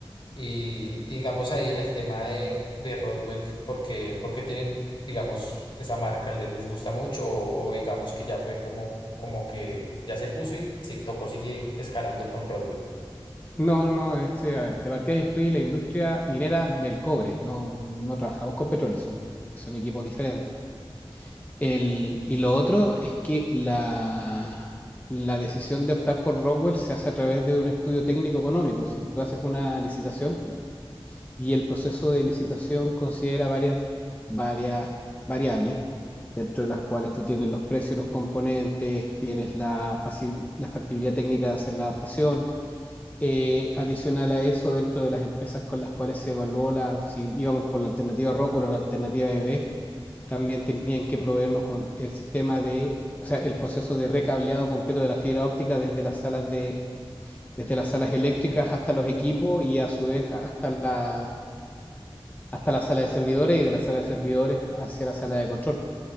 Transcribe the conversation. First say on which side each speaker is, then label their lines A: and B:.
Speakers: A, on the left; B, on the left.
A: Y, y digamos ahí en el tema de, de Rodwell, porque, porque tienen, digamos, esa marca, ¿le- les, gusta mucho, o, o digamos que ya fue como, como que ya se puso y se tocó seguir escalando con Rodwell.
B: No, no, no, este, a ver, de partida yo estoy en la industria minera del cobre, no, no trabajamos con petróleo, son, son equipos diferentes. El- y lo otro es que la, la decisión de optar por Rockwell se hace a través de un estudio técnico económico. Si tú haces una licitación, y el proceso de licitación considera varias, varias variables, dentro de las cuales tú tienes los precios los componentes, tienes la, facil- la factibilidad técnica de hacer la adaptación. Eh, adicional a eso, dentro de las empresas con las cuales se evaluó la, si íbamos por la alternativa Rockwell o la alternativa E B también tenían que proveernos con el sistema de, o sea, el proceso de recableado completo de la fibra óptica desde las salas de, desde las salas eléctricas hasta los equipos y a su vez hasta la, hasta la sala de servidores y de la sala de servidores hacia la sala de control.